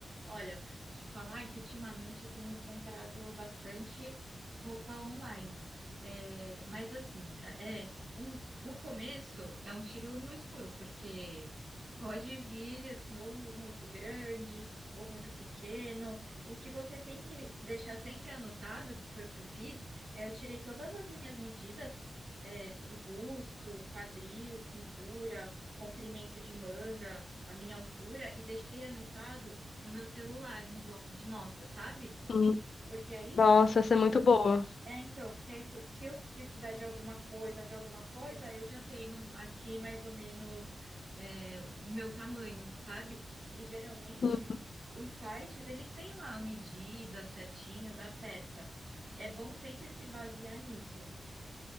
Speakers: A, on the right (about 65°); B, on the left (about 55°).
A: Olha, te falar que ultimamente eu tenho comprado bastante roupa online. É, mas assim, é um, no começo é um tiro no escuro, porque <laughs> pode vir assim, ou muito grande, ou muito pequeno. O que você tem que deixar sempre anotado, que foi o que eu fiz, é eu tirei todas as minhas medidas, é, do busto, quadril, cintura, comprimento de manga, a minha altura, e deixei anotado no meu celular, no bloco de notas, sabe?
B: Hum,
A: Porque aí,
B: Nossa, essa é muito boa.
A: é, então, porque aí, tu- se eu precisar de alguma coisa, ver alguma coisa, eu já tenho aqui mais ou menos é, o meu tamanho, sabe? E geralmente
B: Hum,
A: os sites, eles têm lá a medida certinho da peça. É bom sempre se basear nisso.